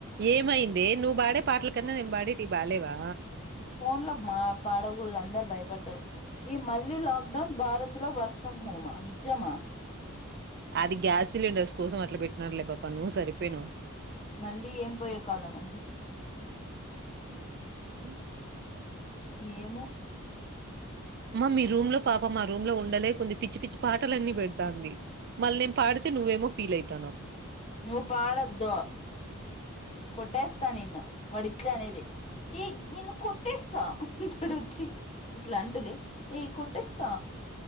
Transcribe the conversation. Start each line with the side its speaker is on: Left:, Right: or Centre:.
Right: ఏమైందె నువ్వు పాడే పాటల కన్నా నేను పాడేటి బాడ అలెవా
Left: ఫోన్ లో మా పాడకూడదు అందరు భయపడతారు ఈ మళ్లీీ లాక్డౌన్ భారత్ లో వర్క్ ఫ్రమ్ హోమ్ అది నిజమ
Right: అది గ్యాస్ సిలిండర్స్ కోసం అట్ల పెట్టినారులే పాప నువ్వు సరిపోయినావు
Left: మళ్ళీ ఏం పోయే కాలం అట
Right: హుమ్
Left: ఏమో
Right: మమ్మి రూమ్ లో పాప మా రూమ్ లో ఉండదె కొద్ది పిచ్చి పిచ్చి పాటలన్నీ పెడతాంది మళ్ళీ పాడితే నువ్వేమో ఫీల్ అయి తన్నావ్
Left: నువ్ పాడొద్దు కొట్టేస్తా నిన్ను వడిట్లే అనేది ఈ నిన్ను కొట్టేస్తా చుడు వచ్చి ఇట్లా అడులే ఈ కొట్టేస్తా